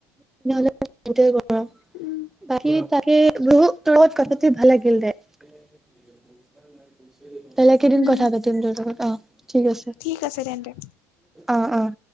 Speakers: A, in the centre; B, on the left.
A: <unintelligible> সেইটোৱে কৰা
B: উম
A: বাকী তাকে বহু তোৰ লগত কথা পাতি ভাল লাগিল দে। <inaudible> বেলেগ এদিন
B: উম
A: কথা পাতিম তোৰ লগত। অহ, ঠিক আছে।
B: ঠিক আছে তেন্তে
A: অ', অ'।